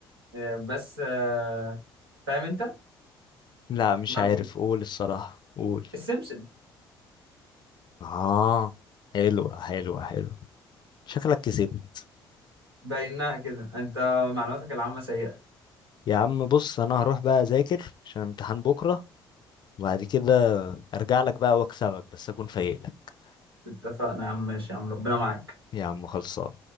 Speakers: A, on the right; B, on the left.
A: آه، بس آه، فاهم انت
B: لا مش
A: ما-
B: عارف قول الصراحة قول
A: السمسم
B: اه حلوة حلوة حلوة شكلك كسبت
A: باينها كده انت معلوماتك العامة سيئة
B: يا عم بص انا هروح بقى اذاكر عشان امتحان بكرة وبعد كده ارجع لك بقى واكسبك بس اكون فايق لك
A: اتفقنا يا عم ماشي يا عم ربنا معاك
B: يا عم خلصان